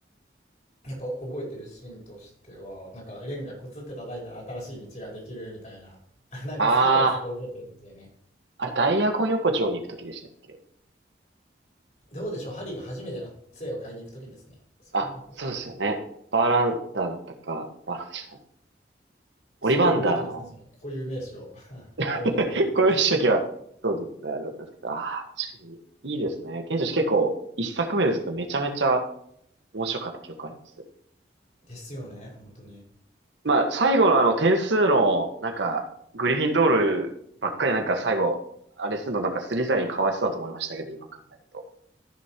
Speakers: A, on the left; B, on the right.
A: やっぱ覚えてるシーンとしては、なんかレンガコツって叩いたら新しい道ができるみたいな。<laughs> なんかすごいあそこ覚えてるんですよね。
B: ああ、あれダイアゴン横丁に行くときでしたっけ
A: どうでしょうハリーが初めての杖を買いに行く時ですね。そこの横丁だった。
B: あ、そうですよね。バーランダーだったか、バーランダーじゃない、オリバンダーの、
A: すごい覚えてますね。その固有名詞を。<laughs>
B: <laughs>
A: バイオハザードでも。
B: こういう時は、そうですね、あれだったんですけど、ああ、確かに、いいですね。賢者結構、一作目ですけど、めちゃめちゃ面白かった記憶あります。
A: ですよね。本当に。
B: まあ、最後のあの、点数の、なんか、グリフィンドールばっかりなんか最後、あれするのなんかスリザリンかわいそうだと思いましたけど、今考えると。